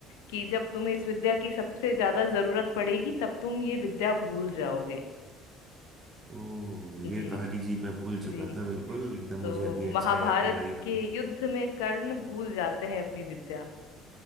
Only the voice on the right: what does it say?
ओ ये
कहानी जी मैं भूल चुका
था बिल्कुल एकदम
मुझे अभी अच्छा
याद दिलाई
आपने